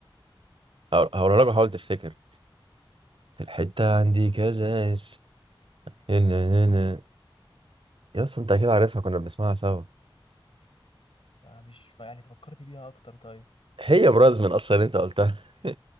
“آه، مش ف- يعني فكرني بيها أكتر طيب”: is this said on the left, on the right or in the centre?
Left